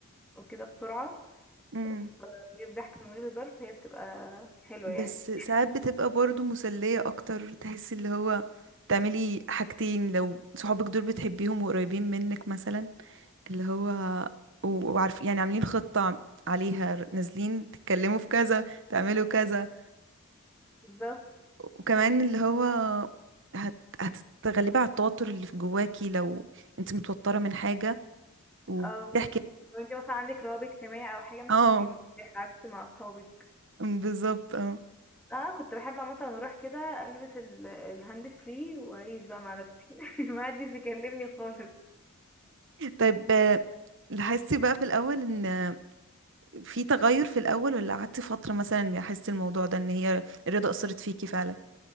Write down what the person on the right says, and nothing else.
مم.
بس
ساعات بتبقى برضو مسلية اكتر تحس اللي هو تعملي حاجتين لو صحابك دول بتحبيهم وقريبين منك مثلا اللي هو و- وعارف يعني عاملين خطة عليها نازلين تتكلموا في كذا تعملوا كذا
وكمان اللي هو هت... هتتغلبي على التوتر اللي في جواكي لو انت متوترة من حاجة وبتحكي
اه
بالظبط اه
طيب آه، لاحظتي بقى في الأول ان في تغير في الأول ولا قعدتي فترة مثلا حسيتي الموضوع ده ان هي الرضا أثرت فيكي فعلا